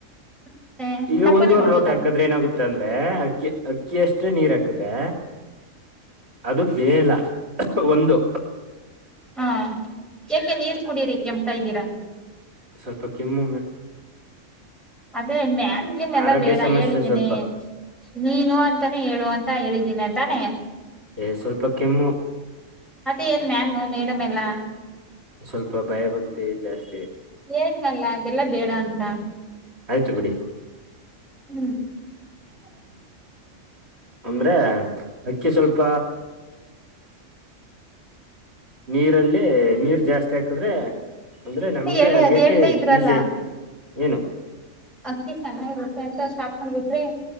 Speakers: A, in the centre; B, on the right.
A: ಯಾಕೆ
B: ಈಗ
A: ತಪ್ಪನೇ
B: ಒಂದುವರೆ
A: ಮಾಡ್ಬೋದರ
B: ಲೋಟ ಹಾಕ್ ಅ ಏನಾಗುತ್ತ ಅಂದ್ರೆ ಅಕ್ಕಿ ಅಕ್ಕಿ ಅಷ್ಟೇ ನೀರ್ ಹಾಕದ್ರೆ ಅದು ಬೇಯಲ್ಲ ಒಂದು
A: ಹಾ ಯಾಕೆ ನೀರ್ ಕುಡೀರಿ ಕೆಮ್ತ್ ಇದೀರಾ
B: ಸ್ವಲ್ಪ ಕೆಮ್ಮು ಮಾಮ್
A: ಅದೇ ಮಾಮ್ ಗಿಮ್ಮಿ ಎಲ್ಲ
B: ಆರೋಗ್ಯ
A: ಬೇಡ
B: ಸಮಸ್ಯೆ
A: ಹೇಳಿದ್ದೀನಿ
B: ಸ್ವಲ್ಪ
A: ನೀನು ಅಂತಾನೇ ಹೇಳುವ ಅಂತ ಹೇಳಿದ್ದೀನಿ ತಾನೆ
B: ಏ್ ಸ್ವಲ್ಪ ಕೆಮ್ಮು
A: ಮತ್ತೆ ಏನ್ ಮಾಮ್ ಮೇಡಂ ಎಲ್ಲ
B: ಸ್ವಲ್ಪ ಭಯ ಭಕ್ತಿ ಜಾಸ್ತಿ
A: ಹೇಳ್ಲಲ್ಲ ಅದೆಲ್ಲ ಬೇಡ ಅಂತ
B: ಆಯ್ತು ಬಿಡಿ
A: ಹೂ
B: <unintelligible> ಅಂದ್ರೆ ಅಕ್ಕಿ ಸ್ವಲ್ಪ ನೀರಲ್ಲಿ ನೀರ್ ಜಾಸ್ತಿ ಹಾಕದ್ರೆ ಅಂದ್ರೆ ನಮ್ಗೆ
A: ಹೇಳಿ
B: ಅಗ್ಯಕೆ
A: ಅದ್ ಹೇಳ್ತಾ ಇದ್ರಲ್ಲ
B: ಈಸಿ ಆಯತಂತೆ ಏನು
A: ಅಕ್ಕಿ ಸಣ್ಣ ಇರುತ್ತೆ ಅಂತ ಸ್ಟಾಪ್ಕೊಂಡ್ ಬಿಟ್ರಿ